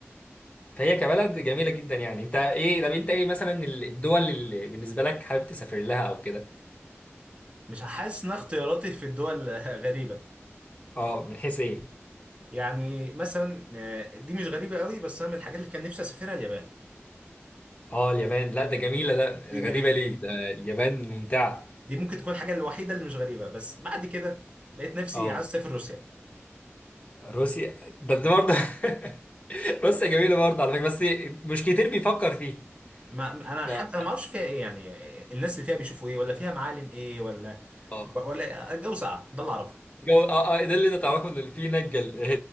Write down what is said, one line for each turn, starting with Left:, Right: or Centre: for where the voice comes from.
Left: فهي كبلد جميلة جدا يعني انت ايه طب انت ايه مثلا ال- الدول اللي بالنسبة لك حابب تسافر لها او كده
Right: مش حاسس ان اختياراتي في الدول <laughs> غريبه
Left: اه من حيث ايه
Right: يعني مثلا آه، دي مش غريبه قوي بس انا من الحاجات اللي كان نفسي اسافرها اليابان
Left: اه اليابان لا ده جميلة ده
Right: دي
Left: غريبة
Right: جميله
Left: ليه ده اليابان ممتعة
Right: دي ممكن تكون الحاجه الوحيده اللي مش غريبه بس بعد كده لقيت نفسي
Left: اه
Right: عايز اسافر روسيا
Left: روسيا ده ده برضه <laughs> روسيا جميلة برضه على فكرة بس مش كتير بيفكر فيه
Right: ما انا حتى
Left: بقى-
Right: انا ما اعرفش فيها ايه يعني آه، الناس اللي فيها بيشوفوا ايه ولا فيها معالم ايه ولا
Left: اه
Right: ولا الجو ساقع ده اللي اعرفه
Left: جو اه اه ده اللي انت تعرفه ان في هناك جل...